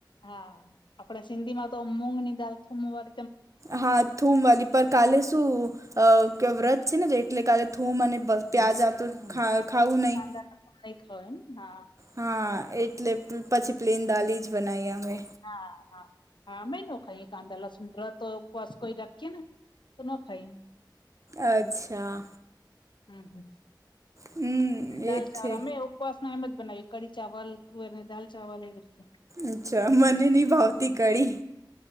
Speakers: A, on the left (about 75°); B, on the right (about 40°).
A: હા આપડે સિંધી માં તો મૂગ ની દાલ થૂમવાર
B: હા થૂમ વાળલી પર કાલે શું? અ વ્રત છે ને એટલે કાલે થૂમ અને પ્યાજ આતુર ખા
A: હા
B: ખાઉું નહીં.
A: કાંદા લસણ નહી ખાવ એમ હા
B: હા એટલે પછી પ્લેન દાલી જ બનાવી અમે.
A: હા હા હા મે ન કાંદાલા સુંદર તો ઉપવાસ કોઈ રાખીએ ને, તો ના ખાઈ.
B: અચ્છા
A: હમ હમ
B: હમ
A: દાલ
B: એજ
A: ચાવળ
B: છે
A: અમે ઉપસ ન એમ જ બનાવી કડી ચાવલ ત અને દાાલ ચાવલ એવીતે.
B: અચ્છા મને નહીં ભાવતી કઢી.